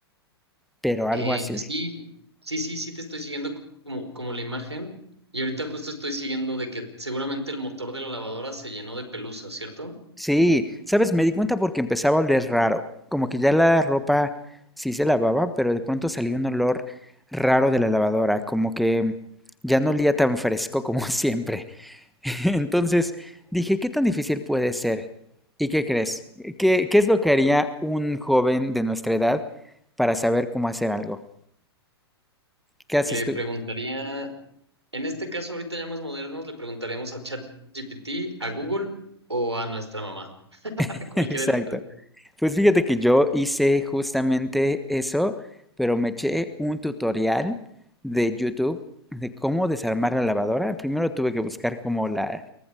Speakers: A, in the centre; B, on the right.
A: pero algo
B: Eh,
A: así.
B: sí, sí, sí, sí te estoy siguiendo co- como, como la imagen. Y ahorita justo estoy siguiendo de que seguramente el motor de la lavadora se llenó de pelusa, ¿cierto?
A: Sí, sabes, me di cuenta porque empezaba a oler raro, como que ya la ropa sí se lavaba, pero de pronto salía un olor raro de la lavadora, como que ya no olía tan fresco como <laughs> siempre. <laughs> Entonces dije, ¿qué tan difícil puede ser? ¿Y qué crees? ¿Qué, qué es lo que haría un joven de nuestra edad para saber cómo hacer algo? ¿Qué haces
B: Le
A: tú?
B: preguntaría, en este caso ahorita ya más modernos, le preguntaríamos a ChatGPT, a Google o a nuestra mamá. <laughs>
A: <laughs>
B: Cualquiera
A: Exacto.
B: de los tres.
A: Pues fíjate que yo hice justamente eso, pero me eché un tutorial de YouTube de cómo desarmar la lavadora. Primero tuve que buscar como la,